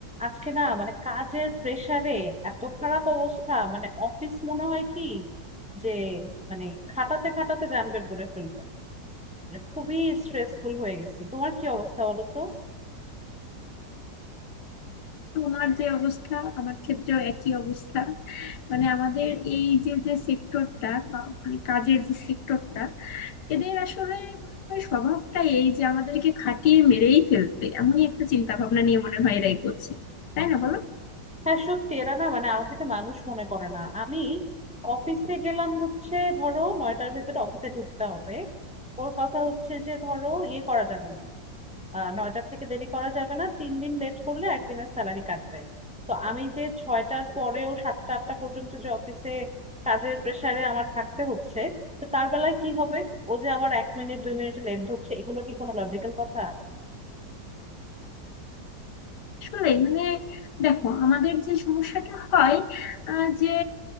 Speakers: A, in the centre; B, on the left (about 75°).
A: আজকে না মানে কাজের প্রেসারে এত খারাপ অবস্থা মানে অফিস মনে হয় কি যে মানে খাটাতে খাটাতে জানবেন করে ফেলবে মানে খুবই স্ট্রেসফুল হয়ে গেছি তোমার কি অবস্থা বলো তো
B: তোমার যে অবস্থা আমার ক্ষেত্রেও একই অবস্থা মানে আমাদের এই যে যে সেক্টরটা মানে কাজের যে সেক্টরটা এদের আসলে মনে হয় স্বভাবটাই এই যে আমাদেরকে খাটিয়ে মেরেই ফেলবে এমনই একটা চিন্তা ভাবনা নিয়ে মনে হয় এরা এগোচ্ছে তাই না বলো
A: হ্যাঁ সত্যি এরা না মানে আমাদেরকে মানুষ মনে করে না আমি অফিসে গেলাম হচ্ছে ধরো নয়টার ভেতরে অফিসে ঢুকতে হবে ওর কথা হচ্ছে যে ধরো ইয়ে করা যাবে না আহ নয়টার থেকে দেরি করা যাবে না তিন দিন লেট করলে একদিনের স্যালারি কাটবে তো আমি যে ছয়টার পরেও সাতটা আটটা পর্যন্ত যে অফিসে কাজের প্রেসারে আমার থাকতে হচ্ছে তো তার বেলায় কি হবে ও যে আমার এক মিনিট দুই মিনিট লেট ধরছে এগুলো কি কোনো লজিক্যাল কথা
B: আসলে মানে দেখো আমাদের যে সমস্যাটা হয় আহ, যে